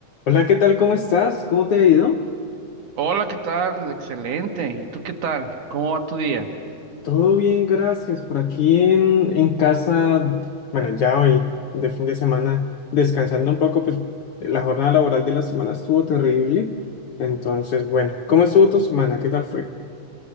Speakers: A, on the left; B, on the right.
A: Hola, ¿qué tal? ¿Cómo estás? ¿Cómo te ha ido?
B: Hola, ¿qué tal? Excelente. ¿Y tú qué tal? ¿Cómo va tu día?
A: Todo bien, gracias. Por aquí en, en casa, bueno, ya hoy, de fin de semana, descansando un poco, pues la jornada laboral de la semana estuvo terrible. Entonces, bueno, ¿cómo estuvo tu semana? ¿Qué tal fue?